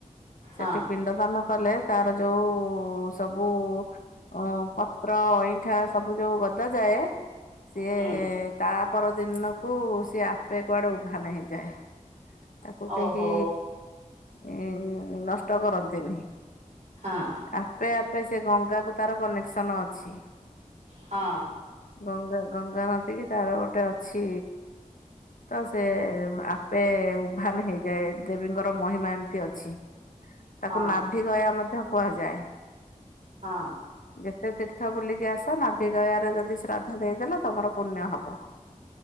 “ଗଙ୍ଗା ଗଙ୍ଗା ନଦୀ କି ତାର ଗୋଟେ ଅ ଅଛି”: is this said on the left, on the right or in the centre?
Left